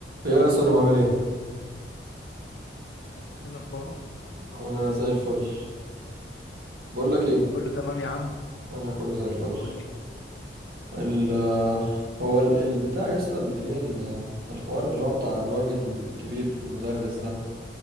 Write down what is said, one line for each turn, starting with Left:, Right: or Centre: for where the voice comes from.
Right: ايه يا سلام عامل ايه
Left: إيه الأخبار
Right: الحمد انا زي الفل بقول لك ايه
Left: كله تمام يا عم
Right: انا كله زي الفل
Left: قول لي
Right: ال هو ال- البتاع يا اسطى اللي هي ال- الحوار اللي هو بتاع الراجل الكبير المدرس ده